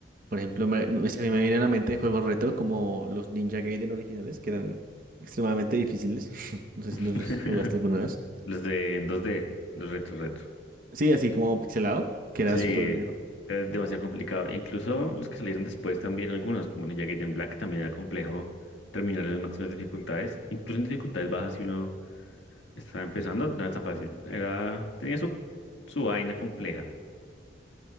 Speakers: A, on the right; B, on the left.
A: Por ejemplo, me, me, se me viene a la mente juegos retro como los Ninja Gaiden originales, que eran extremadamente difíciles. <laughs> No sé
B: <laughs>
A: si los jugaste alguna vez.
B: Los de en 2D, los retro retro.
A: Sí, así como pixelado, que era
B: Sí,
A: súper duro.
B: es demasiado complicado. Incluso los que salieron después también, algunos, como Ninja Gaiden Black, también era complejo terminar en las máximas dificultades. Incluso en dificultades bajas, si uno estaba empezando, no era tan fácil. Era, tenía su, su vaina compleja.